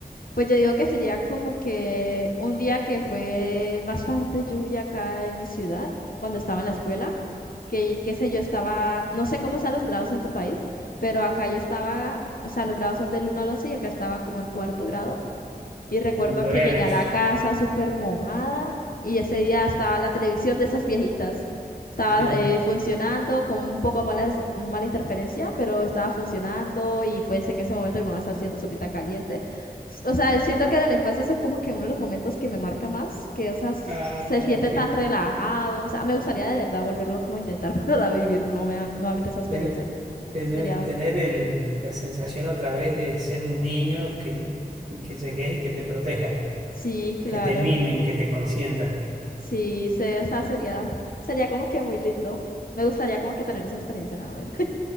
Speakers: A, on the left; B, on the right.
A: pues yo digo que sería como que un día que fue bastante lluvia acá en mi ciudad, cuando estaba en la escuela, que qué sé yo, estaba, no sé cómo están los grados en tu país, pero acá yo estaba, o sea, los grados son del uno al 11 y acá estaba como en cuarto grado. Y recuerdo
B: Tengo Nueve
A: que llegué
B: años.
A: a la casa súper mojada y ese día estaba la televisión de esas viejitas. Estaba
B: Sí.
A: eh, funcionando con un poco mala, des- mala interferencia, pero estaba funcionando y pues en ese momento mi mamá estaba haciendo sopita caliente. S- O sea, siento que de la infancia eso es como que uno de los momentos que me marca más, que o sea, s-
B: Ah,
A: se siente
B: que
A: tan relajado. O sea, me gustaría de verdad volverlo como a intentar <laughs> para vivir nueva- nuevamente esa experiencia.
B: te- tener,
A: Sería,
B: tener el- la sensación otra vez de ser un niño que, que llegues y que te protejan.
A: sí, claro.
B: que te mimen, que te consientan.
A: Sí, se, o sea, sería, sería como que muy lindo. Me gustaría como que tener esa experiencia nuevamente.